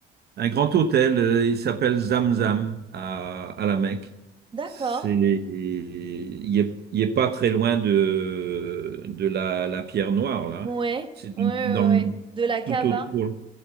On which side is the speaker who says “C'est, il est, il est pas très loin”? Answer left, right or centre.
Right